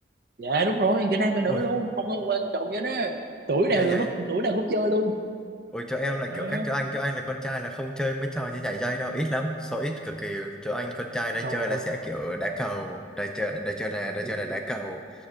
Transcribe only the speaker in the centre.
ui
ghê
vậy
Ôi chỗ em lại
kiểu khác chỗ anh, chỗ anh là con trai là không chơi mấy trò như nhảy dây đâu, ít lắm, số ít cực kỳ. Chỗ anh con trai đã
chơi là
sẽ
kiểu đá cầu, đã chơi đã chơi là đã chơi là đá cầu,